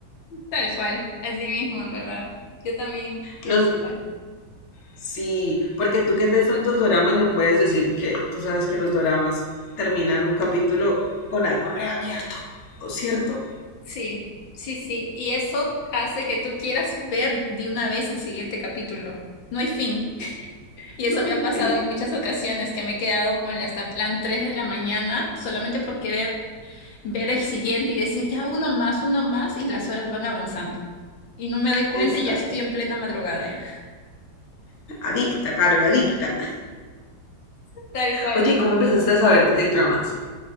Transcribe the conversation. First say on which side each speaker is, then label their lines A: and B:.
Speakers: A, on the left; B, on the left.
A: Tal cual, así mismo, en verdad. Yo también pienso
B: Los,
A: igual.
B: sí, porque tú que ves tantos doramas me puedes decir que tú sabes que los doramas terminan un capítulo con algo reabierto, ¿o cierto?
A: Sí, sí, sí. Y eso hace que tú quieras ver de una vez el siguiente capítulo. No hay fin. Y eso
B: No,
A: me
B: en
A: ha pasado
B: fin,
A: en muchas ocasiones que me he quedado, ponle hasta plan 3 de la mañana, solamente por querer ver el siguiente y decir ya uno más, uno más, y las horas van avanzando. Y no me doy cuenta
B: es,
A: y ya estoy en plena madrugada ya.
B: Adicta, Carol, adicta.
A: <laughs> Tal cual,
B: Oye, ¿cómo empezaste a saber K-dramas?